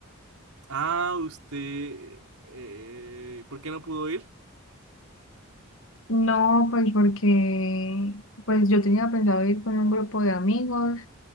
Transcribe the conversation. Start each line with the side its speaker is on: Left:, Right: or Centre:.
Right: Ah, usted, eh, ¿por qué no pudo ir?
Left: No, pues porque pues yo tenía pensado ir con un grupo de amigos